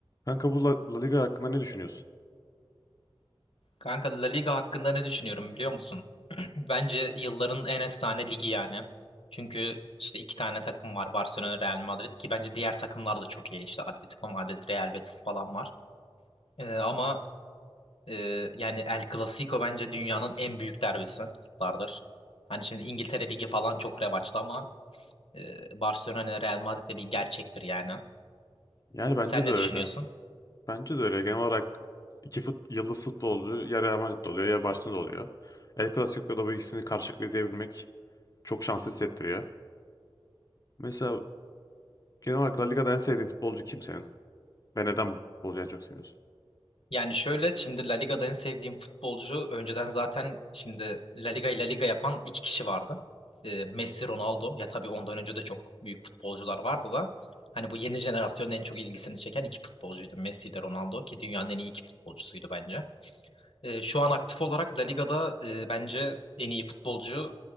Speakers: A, on the left; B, on the left.
A: Kanka bu La, La Liga hakkında ne düşünüyorsun?
B: Kanka La Liga hakkında ne düşünüyorum biliyor musun? <clears throat> Bence yılların en efsane ligi yani. Çünkü işte iki tane takım var Barcelona, Real Madrid ki bence diğer takımlar da çok iyi. İşte Atletico Madrid, Real Betis falan var. Ee, ama e, yani El Clasico bence dünyanın en büyük derbisidir. Hani şimdi İngiltere Ligi falan çok revaçta ama e, Barcelona ile Real Madrid de bir gerçektir yani.
A: Yani bence
B: Sen
A: de
B: ne
A: öyle.
B: düşünüyorsun?
A: Bence de öyle. Genel olarak iki fut, yıldız futbolcu ya Real Madrid'de oluyor ya Barcelona'da oluyor. El Clasico'da bu ikisini karşılayabilmek çok şanslı hissettiriyor. Mesela genel olarak La Liga'da en sevdiğin futbolcu kim senin? Ve neden bu futbolcuyu en çok seviyorsun?
B: Yani şöyle şimdi La Liga'da en sevdiğim futbolcu önceden zaten şimdi La Liga'yı La Liga yapan iki kişi vardı. Ee, Messi, Ronaldo ya tabii ondan önce de çok büyük futbolcular vardı da hani bu yeni jenerasyonun en çok ilgisini çeken iki futbolcuydu Messi ile Ronaldo ki dünyanın en iyi iki futbolcusuydu bence. Ee, şu an aktif olarak La Liga'da e, bence en iyi futbolcu